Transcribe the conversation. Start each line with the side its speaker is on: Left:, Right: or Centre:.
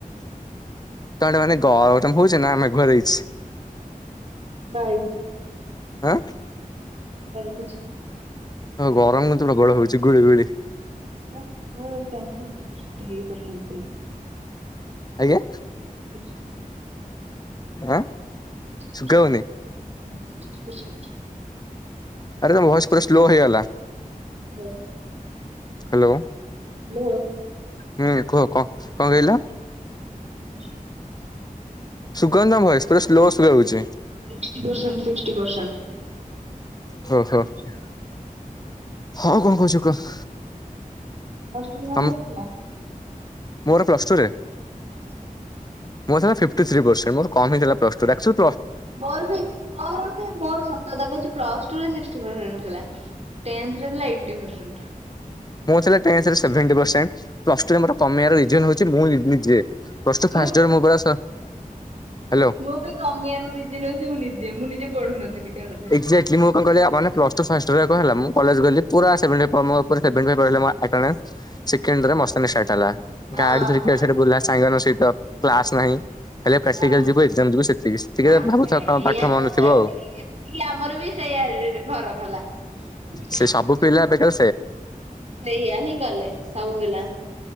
Left: ତେ ମାନେ ଗରମ ହେଉଛି ନା ମେଘ୍ ହେଇଛି।
Right: ଭାଇ
Left: ଆଁ
Right: <unintelligible>
Left: ହଁ ଗରମ କିନ୍ତୁ ପ୍ରବଳ ହଉଛି ଗୁଳି ଗୁଳି।
Right: ମୁଥିଲ <unintelligible> ଟିକେ ପସନ୍ଦ ଥିଲା।
Left: ଆଜ୍ଞା?
Right: ସେ
Left: ଆଁ
Right: <unintelligible>
Left: ଶୁଗା ହଉନି
Right: ସିକ୍ଟୀ ପରସେଣ୍ଟ
Left: ଆରେ ତ ଭଏସ ପୁରା ସ୍ଲୋ ହେଇଗଲା।
Right: ହଁ।
Left: ହ୍ୟାଲୋ
Right: ହ୍ୟାଲୋ
Left: ହୁଁ କୁହ କଣ କଣ କହିଲ?
Right: <inaudible>
Left: ସୁଗନ୍ଧ ଭହେଶ ପୁରା ସ୍ଲୋ ସ୍ଲୋ ହଉଚେ।
Right: Sixty percent sixty percent.
Left: ସ, ଆଉ କଣ କହୁଛୁ କୁହ?
Right: ପ୍ଲସ ଟୁ ରେ ତମର
Left: ତମ
Right: କେତେ ଥିଲା?
Left: ମୋର ପ୍ଲସ ଟୁ ରେ?
Right: ହ।
Left: ମୋର ଥିଲା ଫିପ୍ଟି ଥ୍ରୀ ପରସଣ୍ଟ। ମୋର କମ୍ ହେଇଥିଲା ପ୍ଲସ ଟୁ ଟା ଅକ୍ଚୁ
Right: ମୋର ବି ମୋର ବି ମୋର ସତ କଥା କହୁଚି ପ୍ଲସ ଟୁ ରେ ସିକ୍ସି ପରସେଣ୍ଟ। ଥିଲା। ଟେନ୍ଥ ରେ ଥିଲା ଏଇଟି ପର୍ସେଣ୍ଟ।
Left: ମୋର ଥିଲା ଟେନ୍ତ ରେ ସେଭେଣ୍ଟି ପରସେଣ୍ଟ। ପ୍ଲସ ଟୁ ରେ ମୋର କମିବାର ରିଜିନ ହଉଚି ମୁଁ ନିଜେ। ପ୍ଲସ ଟୁ
Right: ମୁଁ
Left: ଫାଷ୍ଟ ଇୟର ପୁରା ସ ହ୍ୟାଲୋ
Right: ମୁଁ ବି କମିବାର ରିଜିନ୍ ହଉଚି ମୁଁ ନିଜେ, ମୁଁ ନିଜ ପଢୁନଥିଲି। କାରଣ
Left: ଏକ୍ଜାକ୍ଟଲି ମୁଁ କଣ କହଲି ମାନେ ପ୍ଲସ ଟୁ ଫାଷ୍ଟ ଇଅର୍ କଣ ହେଲା, ମୁଁ କଲେଜ ଗଲି ପୁରା ସେଭେନ ଟି ମୋ ଉପରେ ସେଭେଣ୍ଟି ଫାଇବ ରହିଲା ମୋ ଆଟାନସ। ସେକେଣ୍ଡରେ ମସ୍ତାନୀ ଷ୍ଟାର୍ଟ ହେଲା।
Right: ହଁ
Left: ଗାଡି ଧରିକି ୟାଡେ ସ୍ୟାଡେ ବୁଲା ସାଙ୍ଗ ମାନଙ୍କ ସହିତ। କ୍ଲାସ ନାଇଁ। ଖାଲି ପ୍ରାକ୍ଟିକାଲ
Right: ହଁ
Left: ଯିବୁ ଏକ୍ଜାମ ଯିବୁ ସେତିକି।
Right: ହଁ
Left: ଟିକେ ଭାବୁଥିବ
Right: ଏଇଆ
Left: କଣ ପାଠ
Right: ଏତିକି
Left: ମନ ଥିବ ଆଉ।
Right: ଏତିକି ଆମର ବି ସେଇଆ ଫରକ ହେଲା। ସେଇଆ
Left: ସେ ସବୁ ପିଲା ବେକାର
Right: ହିଁ କଲେ ସବୁ ପିଲା।